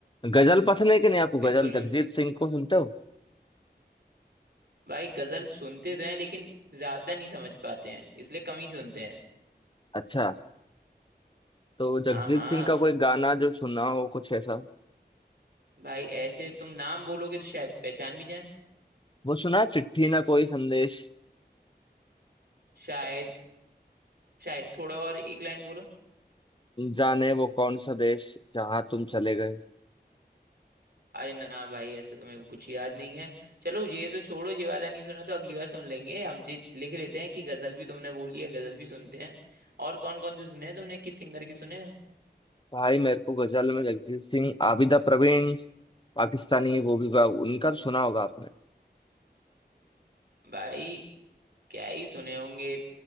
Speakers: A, on the left; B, on the right.
A: गजल पसंद है कि नहीं आपको
B: बिल्कुल
A: गजल जगजीत
B: भी
A: सिंह को सुनते हो
B: भाई गजल सुनते तो हैं लेकिन ज्यादा नहीं समझ पाते हैं इसलिए कम ही सुनते हैं
A: अच्छा तो जगजीत
B: हाँ हाँ
A: सिंह का कोई गाना जो सुना हो कुछ ऐसा
B: भाई ऐसे तुम नाम बोलोगे तो शायद पहचान भी जाए
A: वो सुना है, चिट्ठी ना कोई संदेश
B: शायद शायद थोड़ा और एक लाइन बोलो
A: जाने वो कौन सा देश जहाँ तुम चले गए
B: अरे ना भाई ऐसा तो मेरे को कुछ याद नहीं है चलो ये तो छोड़ो ये वाला नहीं सुना तो अगली बार सुन लेंगे अब ये लिख लेते हैं कि गजल भी तुमने बोली है गजल भी सुनते हैं और कौन कौन से सुने हैं तुमने किस सिंगर के सुने हैं
A: भाई मेरे को गजल में जगजीत सिंह आबिदा प्रवीण पाकिस्तानी है वो भी बा- उनका तो सुना होगा आपने
B: भाई क्या ही सुने होंगे